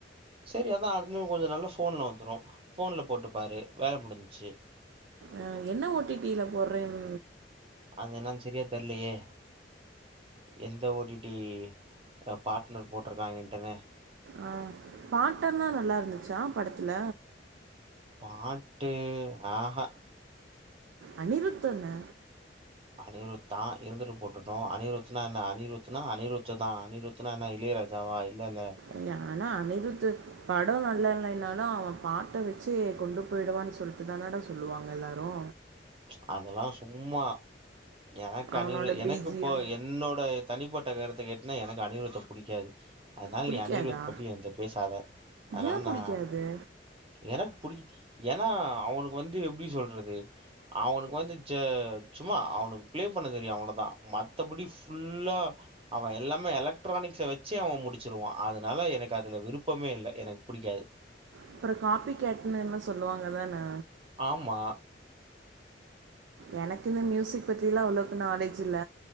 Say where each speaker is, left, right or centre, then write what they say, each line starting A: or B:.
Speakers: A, on the right (about 30°); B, on the right (about 85°).
A: செரி அதா <unintelligible> கொஞ்ச நாள்ல ஃபோன்ல வந்துரோ ஃபோன்ல போட்டு பாரு வேல முடிஞ்சிச்சி
B: ஆ என்ன ஓ டி டி ல போறேன்
A: அதென்னான் செரியா தெர்லியே எந்த ஓ டி டி எ பாட்னர் போட்டிருக்கா இன்டர்னு
B: ஆ பாட்டெல்லா நல்லா இருந்துச்சா படத்துல
A: பாட்டு ஆகா
B: அனிருத்துதான
A: அனிருத்தா இருந்துட்டு போட்டுட்டோ அனிருத்னா என்ன அனிருத்னா அனிருத்து தா அனிருத்னா என்ன இளையராஜாவா இல்லல்ல
B: ஏன்னா அனிருத்து படோ நல்லா <unintelligible> இருந்தாலோ அவ பாட்ட வெச்சே கொண்டு போயிடுவான்னு சொல்ட்டு தானாட சொல்லுவாங்க எல்லாரோ
A: ச்ச அதெல்லா சும்மா எனக்கு
B: அவனோட
A: அனிரு எனக்கு
B: பிஜிஎம்
A: போ என்னோட தனிப்பட் ட்ட கருத்த கேட்னா எனக்கு அனிருத்த புடிக்காது அதனால
B: புடிக்காதா
A: நீ அனிருத் பத்தி என்ட பேசாத அதனால
B: ஏன் புடிக்காது
A: நா எனக் புடிக்கு ஏன்னா அவனுக் வந்து எப்டி சொல்றது அவனுக்கு வந்து செ சும்மா அவனுக் பிளே பண்ண தெரியு அவுளதா மத்தபடி ஃபுல்லா அவ எல்லாமே எலக்ட்ரானிக்ஸ் வச்சு அவன் முடிச்சிருவா அதனால எனக் அதுல விருப்பமே இல்ல எனக்கு பிடிக்காது
B: அப்பற காபி கேட்டுன்னு என்ன சொல்லுவாங்க தானே
A: ஆமா
B: எனக்கு இந்த மியூசிக் பத்திலா அவ்ளோக்கு நாலேஜ் இல்ல